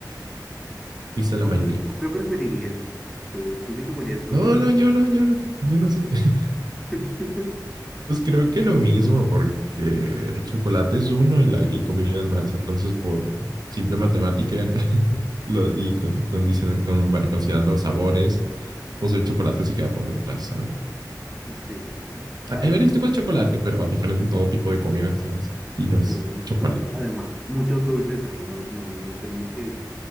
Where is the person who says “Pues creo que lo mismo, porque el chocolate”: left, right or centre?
Right